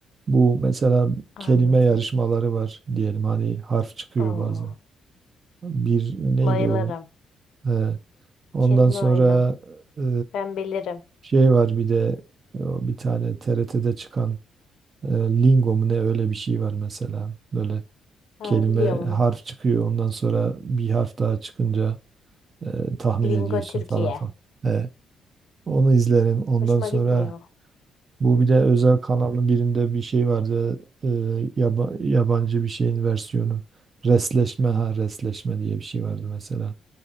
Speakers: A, on the right; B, on the left.
A: Bu mesela
B: Anladım.
A: kelime yarışmaları var diyelim hani harf çıkıyor
B: Oo,
A: bazen. Bir neydi
B: bayılırım.
A: o? He, ondan
B: Kelime
A: sonra
B: oyunu.
A: e,
B: Ben bilirim.
A: şey var bir de e, o bir tane TRT'de çıkan e, Lingo mu ne öyle bir şey var mesela. Böyle
B: Ha,
A: kelime
B: biliyorum
A: harf
B: onu.
A: çıkıyor ondan sonra bir harf daha çıkınca e, tahmin
B: Lingo
A: ediyorsun
B: Türkiye.
A: falan falan. He, onu izlerim. Ondan
B: Hoşuma
A: sonra
B: gitmiyor.
A: Bu bir de özel kanalın birinde bir şey vardı. e, yaba- yabancı bir şeyin versiyonu. Resleşme ha resleşme diye bir şey vardı mesela.